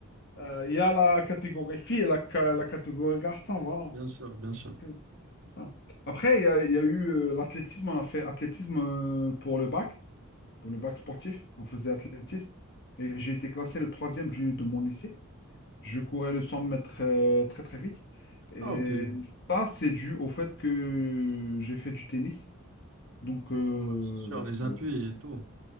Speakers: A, on the left; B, on the right.
A: euh, il y a la catégorie fille et la, ca- la catégorie garçon, voilà.
B: Bien sûr, bien sûr.
A: Tout. Voilà. Après, il y a, il y a eu euh, l'athlétisme, on a fait athlétisme euh, pour le bac, pour le bac sportif, on faisait athlétisme. Et j'ai été classé le troisième du, de mon lycée. Je courais le 100 mètres euh, très très vite. Et
B: Ah, ok. Ouais,
A: ça, c'est dû au fait que j'ai fait du tennis. Donc, euh,
B: c'est sûr, les appuis
A: euh,
B: et tout.